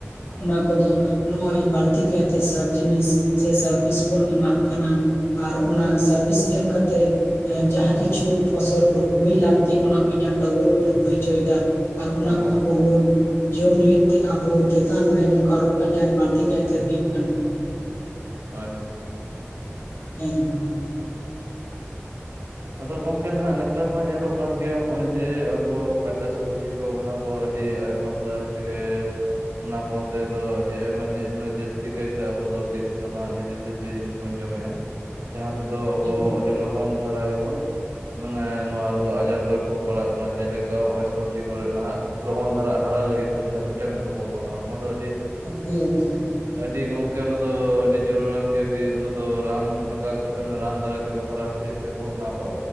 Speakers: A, on the left; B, on the right.
A: ᱚᱱᱟ ᱠᱚᱫᱚ ᱱᱚᱜᱼᱚᱭ ᱵᱟᱹᱲᱛᱤ ᱠᱟᱭᱛᱮ ᱥᱟᱨ ᱡᱤᱱᱤᱥ ᱥᱮ ᱥᱟᱨᱵᱤᱥ ᱵᱚᱱ ᱮᱢᱟᱜ ᱠᱟᱱᱟ᱾ ᱟᱨ ᱚᱱᱟ
B: ᱦᱳᱭ
A: ᱥᱟᱨᱵᱤᱥ ᱮᱢ ᱠᱟᱛᱮᱜ ᱡᱟᱦᱟᱸ ᱠᱤᱪᱷᱩ ᱯᱷᱚᱥᱚᱞᱼᱼ ᱦᱩᱭ ᱞᱟᱹᱠᱛᱤ ᱚᱱᱟ ᱠᱷᱚᱧᱟ ᱰᱚᱵᱚᱞ ᱵᱚᱱ ᱦᱩᱭ ᱪᱚᱭᱫᱟ ᱟᱨ ᱚᱱᱟ
B: ᱦᱳᱭ
A: ᱠᱚ ᱟᱵᱚ ᱵᱚᱱᱼᱼ ᱡᱚᱢᱧᱩᱭᱮᱫ ᱛᱮ ᱟᱵᱚ ᱪᱮᱛᱟᱱ ᱨᱮ ᱚᱝᱠᱟ ᱨᱳᱜᱽ ᱟᱡᱟᱨ‌ ᱵᱟᱹᱲᱛᱤ ᱠᱟᱭᱛᱮ ᱦᱩᱭᱩᱜ ᱠᱟᱱᱟ᱾
B: ᱦᱳᱭ
A: ᱦᱮᱸ ᱦᱮᱸ
B: ᱟᱫᱚ ᱜᱚᱝᱠᱮ ᱱᱟᱦᱟᱜ ᱱᱮᱛᱟᱨ ᱢᱟ ᱧᱮᱞᱚᱜ ᱠᱟᱱ ᱜᱮᱭᱟ ᱦᱚᱜᱼᱚᱭ ᱡᱮ ᱟᱵᱚ ᱠᱟᱸᱪᱟ ᱥᱚᱵᱽᱡᱤᱼᱼ ᱠᱚ ᱚᱱᱟ ᱠᱚ ᱟᱹᱰᱤ ᱟᱭᱢᱟ ᱠᱟᱹᱨᱤᱡ ᱛᱮᱜᱮᱼᱼ ᱚᱱᱟ ᱠᱚᱛᱮ ᱫᱚ ᱟᱹᱰᱤ ᱟᱭᱢᱟ ᱡᱮ ᱟᱭᱢᱟ ᱡᱟᱹᱥᱛᱤ ᱠᱟᱭᱛᱮ ᱟᱵᱚ ᱫᱚ ᱵᱤᱥ ᱞᱟᱜᱟᱣᱟᱜ ᱡᱮ ᱵᱤᱥᱼᱼ ᱛᱮ ᱡᱤᱱᱤᱥ ᱵᱚᱱ ᱡᱚᱢᱮᱜᱼᱟ ᱡᱟᱦᱟᱸ ᱛᱮᱫᱚ ᱟᱵᱚ
A: ᱦᱮᱸ
B: ᱟᱹᱰᱤ ᱞᱚᱜᱚᱱ ᱫᱷᱟᱨᱟ ᱜᱮᱵᱚᱱᱼᱼ ᱢᱟᱱᱮ ᱱᱚᱣᱟ ᱨᱩᱣᱟᱹ ᱟᱡᱟᱨ ᱠᱚᱨᱮᱜ ᱵᱚᱱ ᱯᱟᱲᱟᱜ ᱠᱟᱱᱟ ᱡᱮᱞᱮᱠᱟ ᱦᱚᱸᱜᱼᱚᱭ ᱥᱚᱵᱽᱡᱤ ᱠᱚᱨᱮᱜ ᱱᱟᱦᱟᱜᱼᱼ ᱞᱚᱜᱚᱱ ᱫᱷᱟᱨᱟᱜ ᱦᱟᱨᱟ ᱞᱟᱹᱜᱤᱫ ᱛᱮ ᱡᱟᱦᱟᱸ ᱵᱷᱤᱴᱟᱢᱤᱱ ᱠᱚᱠᱚ ᱮᱢᱟᱜ ᱠᱟᱱᱟ ᱚᱱᱟ ᱫᱚ ᱟᱹᱰᱤᱼᱼ
A: ᱜᱚᱢᱠᱮ
B: ᱟᱹᱰᱤ ᱜᱚᱝᱠᱮ ᱚᱱᱟ ᱫᱚ ᱟᱹᱰᱤ ᱡᱟᱹᱨᱩᱨᱟᱱ ᱜᱮ ᱵᱤᱨ ᱚᱱᱟ ᱫᱚ ᱨᱟᱱ ᱨᱟᱠᱟ ᱠᱟᱛᱮ ᱚᱱᱟ ᱨᱟᱱ ᱫᱟᱨᱟᱭ ᱛᱮᱠᱚ ᱦᱟᱨᱟ ᱦᱚᱪᱚᱭᱮᱫ᱾ ᱛᱮᱠᱚ ᱚᱱᱟ ᱠᱚ